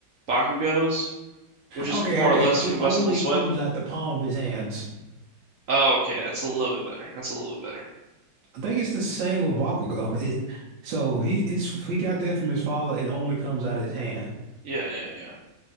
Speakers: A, on the right; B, on the right.
A: Bakugos, which is
B: Okay,
A: more
B: okay.
A: or less
B: It
A: combustible
B: only
A: sweat.
B: comes out the palm of his hands.
A: Oh, okay, that's a little bit better. That's a little bit better.
B: I think it's the same with Bakugo. It, so he is he got that from his father. It only comes out of his hand.
A: Yeah, yeah, yeah.